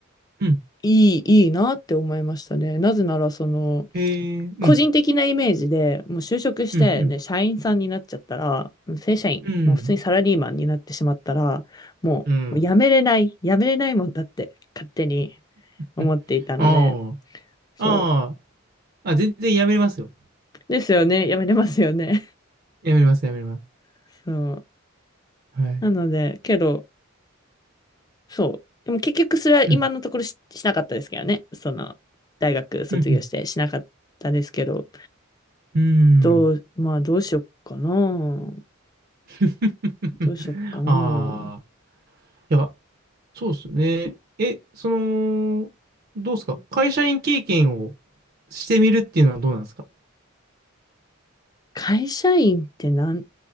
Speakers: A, on the right; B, on the left.
A: うん、
B: いい、いいなって思いましたね。なぜなら、その、
A: へえ、うん、
B: 個人的なイメージで、もう就職して、
A: うん、うん、
B: ね、社員さんになっちゃったら、正社員、
A: うん、
B: もう普通にサラリーマンになってしまったら、もう、
A: うん、
B: もう辞めれない、辞めれないもんだって勝手に思っていたので、
A: うん、あ
B: そ
A: あ、ああ、あ、全然やめれますよ。
B: う。ですよね。辞めれますよね。
A: やめれます、やめれます。
B: <laughs> そう。
A: はい。
B: なので、けど、そう。でも結局それは今のところし、
A: うん、
B: しなかったですけどね。その、大学卒業してしなかったですけど、
A: うん、うん、うん。
B: どう、まあどうしよっかな。
A: <laughs>
B: どうしよっかな。
A: ああ、いや、そうですよねえそのどうですか会社員経験をしてみるっていうのはどうなんですか
B: 会社員ってなん、